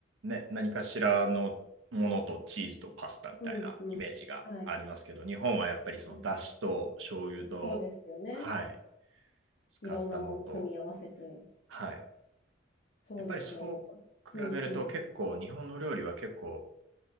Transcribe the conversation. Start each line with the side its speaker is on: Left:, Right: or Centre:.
Right: ね、何かしらのものとチーズとパスタみたいなイメージがありますけど、
Left: うんうん。はい。
Right: 日本はやっぱりそのだしと醤油と、
Left: はいそうですよね。
Right: はい、使ったものと、
Left: いろんなもん組み合わせて。
Right: はい、
Left: そうですよね。
Right: やっぱりそう比べると結構日本の料理は結構、
Left: うんうん。